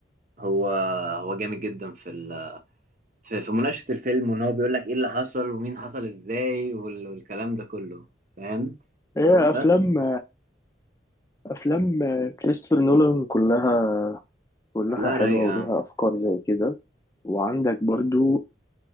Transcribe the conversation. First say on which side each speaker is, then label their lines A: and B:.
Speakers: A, on the right; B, on the left.
A: هو هو جامد جدا في ال في في مناقشة الفيلم وان هو بيقول لك ايه اللي حصل ومين حصل ازاي وال- والكلام ده كله فاهم
B: هي افلام
A: بس
B: افلام كريستوفر نولان كلها كلها
A: لا
B: حلوة
A: رايقة
B: وليها افكار زي كده وعندك برضو
A: مم.